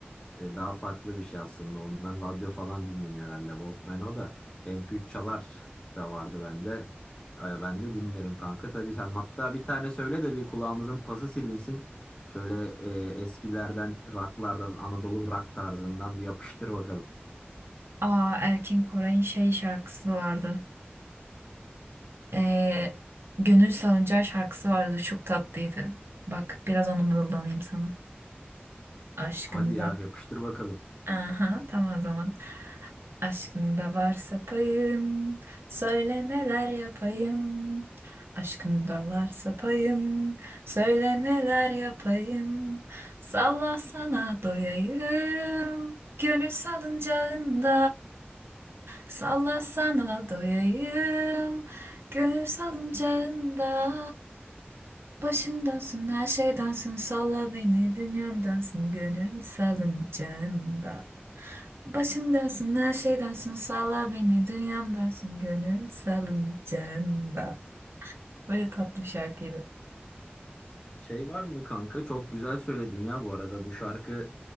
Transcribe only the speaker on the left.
e, daha farklı bir şey aslında ondan radyo falan dinleniyor herhalde Walkman o da MP3 çalar da vardı bende E, ben de dinlerim kanka tabii sen hatta bir tane söyle de bir kulağımızın pası silinsin şöyle e, eskilerden rocklardan Anadolu rock tarzından bir yapıştır bakalım
hadi ya yapıştır bakalım
Şey var mı kanka? Çok güzel söyledin ya bu arada. Bu şarkı